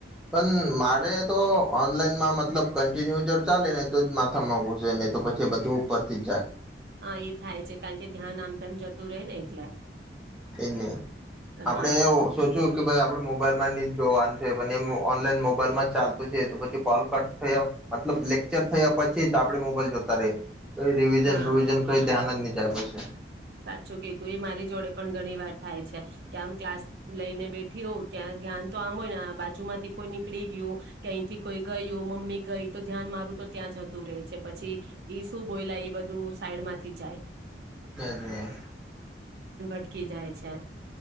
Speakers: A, in the centre; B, on the right.
A: પણ મારે તો ઓનલાઈનમાં મતલબ કન્ટિન્યુ જો ચાલે ને તો જ માથામાં ઘુસે, નઈ તો પછી બધું ઉપરથી જ જાય.
B: હા એ થાય છે કાળ કે ધ્યાન આમ તેમ જતું રેય ને એટલે.
A: એજ ને.
B: હા
A: આપડે એઉ સોચું કે ભાઈ આપડે મોબાઈલ માં ની જ જોવાનું છે, પણ એ ઓનલાઈન મોબાઈલમાં ચાલતું છે તો પછી કોલ કટ થયો. મતલબ લેક્ચર થયા પછી જ આપડે મોબાઈલ જોતા રેહિં. કઈ રિવિઝન
B: હા
A: રુવિઝન કઈ ધ્યાન જ ની જા પશે.
B: સાચું કીધું, ઈ મારી જોડે પણ ઘણી વાર થાય છ કે આમ ક્લાસ લઈને બેઠી હોઉં, ત્યાં ધ્યાન તો આમ હોય ને આ બાજુમાંથી કોઈ નીકળી ગયું કે અહીંથી કોઈ ગયું, મમ્મી ગઈ, તો ધ્યાન મારું તો ત્યાં જતું રહેે છે પછી ઈ શું બોલાય એ બધું સાઈડમાંથી જાય.
A: <unintelligible> ને
B: કી જાય છે.